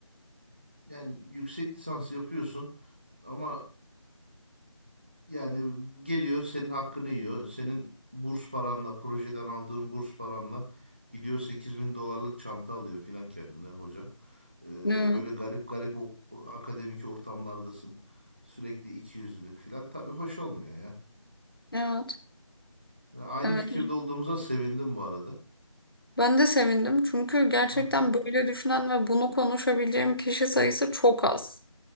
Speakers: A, on the right; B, on the left.
A: Yani yüksek lisans yapıyorsun ama yani geliyor senin hakkını yiyor. Senin burs paranla, projeden aldığın burs paranla gidiyor sekiz bin dolarlık çanta alıyor filan kendine hocan. Ee,
B: Evet.
A: böyle garip garip o, o akademik ortamlardasın. Sürekli ikiyüzlülük filan. Tabii hoş olmuyor ya.
B: Evet,
A: Ve aynı
B: evet.
A: fikirde olduğumuza sevindim bu arada.
B: Ben de sevindim çünkü gerçekten
A: Hı,
B: böyle düşünen ve bunu konuşabileceğim kişi sayısı çok az.